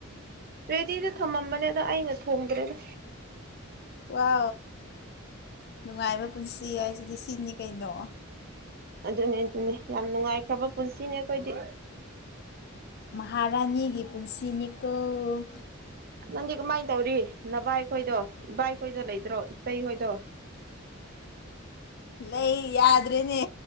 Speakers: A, on the right (about 45°); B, on the left (about 50°).
A: ꯔꯦꯗꯤꯗ ꯊꯝꯃꯝꯕꯅꯦ ꯑꯗ ꯑꯩꯅ ꯊꯣꯡꯗ꯭ꯔꯦꯗ
B: ꯋꯥ ꯅꯨꯡꯉꯥꯏꯕ ꯄꯨꯟꯁꯤ ꯍꯥꯏꯁꯤꯗꯤ ꯁꯤꯅꯤ ꯀꯩꯅꯣ
A: ꯑꯗꯨꯅꯤ ꯑꯗꯨꯅꯤ ꯌꯥꯝ ꯅꯨꯡꯉꯥꯏꯈ꯭ꯔꯕ ꯄꯨꯟꯁꯤꯅꯦ ꯑꯩꯈꯣꯏꯗꯤ
B: ꯃꯍꯥꯔꯥꯅꯤꯒꯤ ꯄꯨꯟꯁꯤ ꯃꯤꯀꯜ
A: ꯅꯪꯗꯤ ꯀꯃꯥꯏꯅ ꯇꯧꯔꯤ ꯅꯚꯏꯈꯣꯏꯗꯣ ꯏꯕꯥꯏꯈꯣꯏꯗꯣ ꯂꯩꯗ꯭ꯔꯣ ꯏꯇꯩꯈꯣꯏꯗꯣ
B: ꯅ ꯌꯥꯗ ꯔꯦꯅꯦ